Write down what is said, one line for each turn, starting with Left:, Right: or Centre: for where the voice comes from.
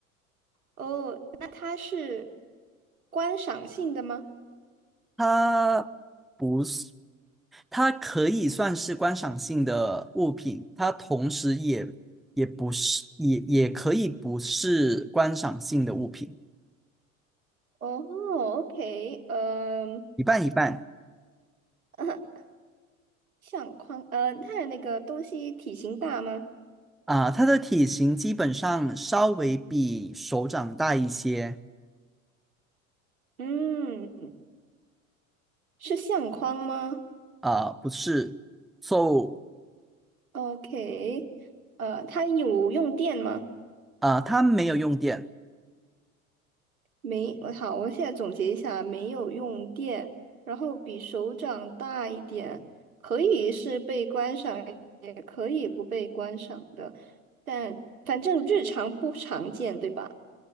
Right: 哦，那它是观赏性的吗？
Centre: 它不是。它可以算是观赏性的物品，它同时也也不是，也也可以不是观赏性的物品，
Right: 哦，OK，呃，
Centre: 一半一半
Right: <laughs> 相框，呃，它的那个东西体型大吗？
Centre: 啊。它的体型基本上稍微比手掌大一些
Right: 嗯，是相框吗
Centre: 啊，不是，so
Right: ？OK，呃，它有用电吗？
Centre: 啊，它没有用电
Right: 没，我好，我现在总结一下，没有用电，然后比手掌大一点，可以是被观赏，也可以不被观赏的，但反正日常不常见，对吧？